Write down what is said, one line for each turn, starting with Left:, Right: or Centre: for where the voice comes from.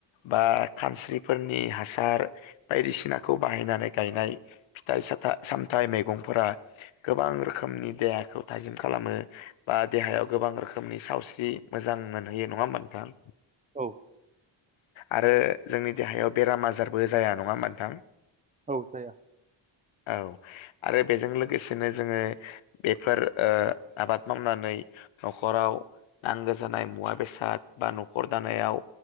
Left: बा खानस्रिफोरनि हासार बायदिसिनाखौ बाहायनानै गायनाय फिथाइ सथ सामथाइ मैगंफोरा गोबां रोखोमनि देहाखौ थाजिम खालामो बा देहायाव गोबां रोखोमनि सावस्रि मोजां मोनहैयो नङा होमबा नोंथां
Right: औ
Left: आरो जोंनि देहायाव बेराम आजारबो जाया नङा मोनथां
Right: औ जाया
Left: औ आरो बेजों लोगोसेनो जोङो बेफोर ओ आबाद मावनानै न'खराव नांगौ जानाय मुवा बेसाद बा न'खर दानायाव